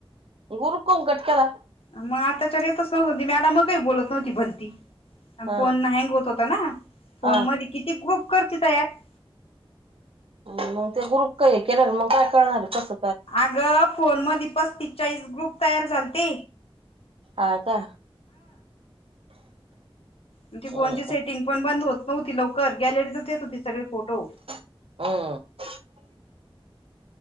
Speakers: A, on the right; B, on the left.
A: ग्रुप कोण कट केला
B: मग आताच्यावर येतच नव्हत त मॅडम मग काही बोलत भलती आणि
A: हा
B: फोन हँग होत होता ना फोन
A: हा
B: मदी ग्रुप करती त्यात
A: मग ते ग्रुप का हे केले मग काय करणार आहे कस
B: अगं फोन म पस्ती स चाळीस ग्रुप तयार झालते
A: आ का
B: ण ती
A: हम्म
B: फोनची सेटिंग पण बंद होत नव्हती लवकर गॅलरीतच येत होती सगळे फोटो
A: ह